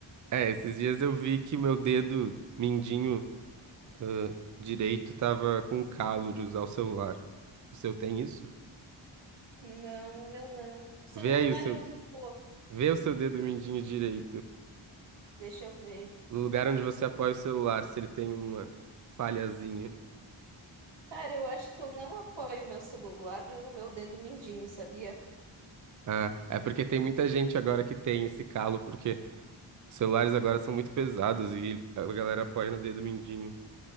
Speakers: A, on the right; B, on the right.
A: É, esses dias eu vi que meu dedo mindinho, ãh, direito tava com calo de usar o celular. O seu tem isso?
B: Não, o meu não. O celular
A: Vê aí o seu
B: eu uso pouco.
A: Vê o seu dedo mindinho direito,
B: Deixa eu ver.
A: no lugar onde você apoia o celular, se ele tem uma falhazinha.
B: Cara, eu acho que eu não apoio o meu celular no meu dedo mindinho, sabia?
A: Ah, é porque tem muita gente agora que tem esse calo, porque os celulares agora são muito pesados e ele- a galera apoia no dedo mindinho.